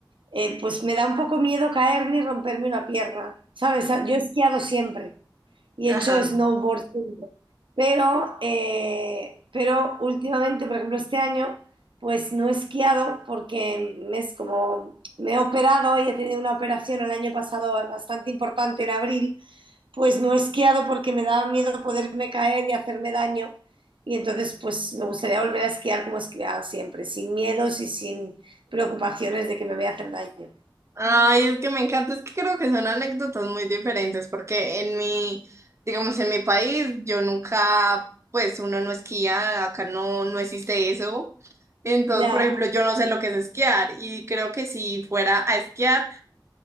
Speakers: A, on the right; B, on the right.
A: eh, pues me da un poco miedo caerme y romperme una pierna, ¿sabes? Yo he esquiado siempre y
B: Ajá.
A: he hecho snowboard siempre, pero, eh, pero últimamente, por ejemplo, este año, pues no he esquiado porque me es como... Me he operado y he tenido una operación el año pasado bastante importante en abril pues no he esquiado porque me daba miedo poderme caer y hacerme daño. Y entonces, pues me gustaría volver a esquiar como esquiaba siempre, sin miedos y sin preocupaciones de que me voy a hacer daño.
B: Ay, es que me encanta, es que creo que son anécdotas muy diferentes, porque en mi, digamos, en mi país, yo nunca, pues uno no esquía, acá no, no existe eso. Entonces,
A: Ya,
B: por ejemplo, yo no sé lo que es esquiar y creo que si fuera a esquiar,